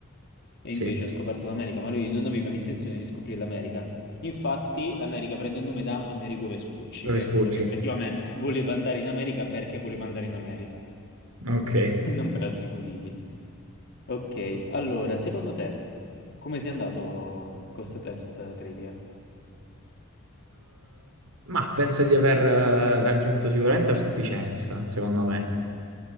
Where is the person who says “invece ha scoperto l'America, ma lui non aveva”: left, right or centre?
Left